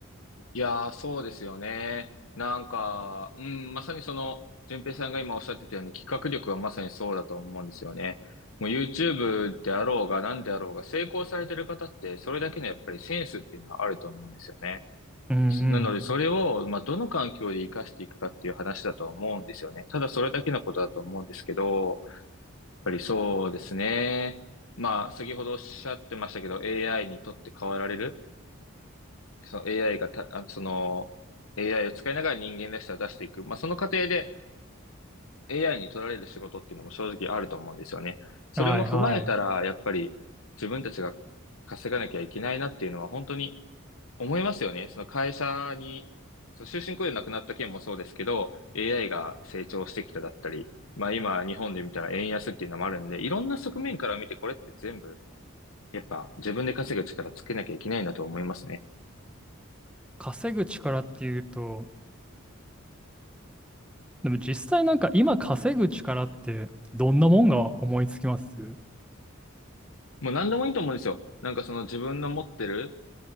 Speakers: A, on the left; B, in the centre.
A: いやー、そうですよね。なんか、うん、まさにその、淳平さんが今おっしゃってたように、企画力はまさにそうだと思うんですよね。もう YouTube であろうが何であろうが、成功されてる方って、それだけのやっぱりセンスっていうのはあると思うんですよね。
B: うん
A: なので、それを、まあ、どの環境で活かしていくかっていう話だとは思うんですよね。ただ、それだけのことだと思うんですけど、ぱりそうですね。まあ、先ほどおっしゃってましたけど、AI にとって変わられる、その AI がた、あその、AI を使いながら人間らしさを出していく。まあ、その過程で、AI に取られる仕事っていうのも正直あると思うんですよね。それも踏まえたら、
B: うん。はいはい。
A: やっぱり自分たちが稼がなきゃいけないなっていうのは本当に思いますよね。その会社に、その終身雇用なくなった件もそうですけど、AI が成長してきただったり、まあ今日本で見たら円安っていうのもあるんで、いろんな側面から見てこれって全部、やっぱ自分で稼ぐ力つけなきゃいけないなと思いますね。
B: 稼ぐ力っていうと、でも実際なんか今稼ぐ力ってどんなもんが思いつきます
A: もう何でもいいと思うんですよ。なんかその自分の持ってる